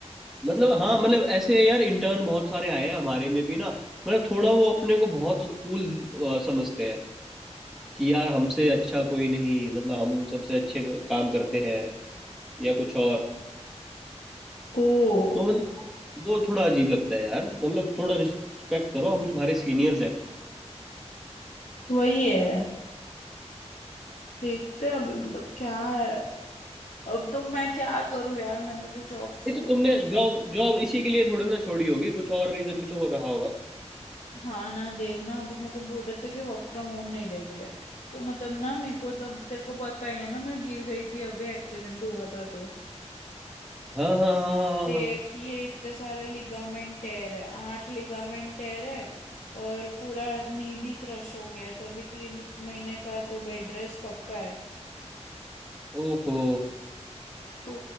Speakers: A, in the centre; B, on the left.
A: मतलब हाँ मतलब ऐसे यार इंटर्न बहुत सारे आए हैं हमारे में भी ना मतलब थोड़ा वो अपने को बहुत कूल समझते हैं कि यार हमसे अच्छा कोई नहीं मतलब हम सबसे अच्छे काम करते हैं या कुछ और
B: ओ
A: तो मतलब वो थोड़ा अजीब लगता है यार मतलब थोड़ा रिस्पेक्ट करो हम तुम्हारे सीनियर्स हैं
B: वही है देखते हैं अभी मतलब क्या है अब तो मैं क्या करूं यार मैंने तो जॉब
A: नहीं
B: छोड़
A: तो तुमने
B: दी
A: जॉब जॉब इसी के लिए थोड़ी ना छोड़ी होगी कुछ और रीजन भी तो हो रहा होगा
B: हाँ ना देखना अभी मेरे को बोल रहे थे कि वर्क फ्रॉम होम नहीं देंगे तो मतलब ना मेरे को तब तेरे को पता ही है ना मैं गिर गई थी अभी एक्सीडेंट हुआ था तो
A: हाँ हाँ हाँ हाँ
B: देख
A: हाँ हाँ।
B: ये इतने सारे लिगामेंट टेयर है आठ लिगामेंट टेयर है और पूरा नी भी क्रश हो गया है तो अभी तीन महीने का तो बेड रेस्ट पक्का है
A: ओहो
B: तो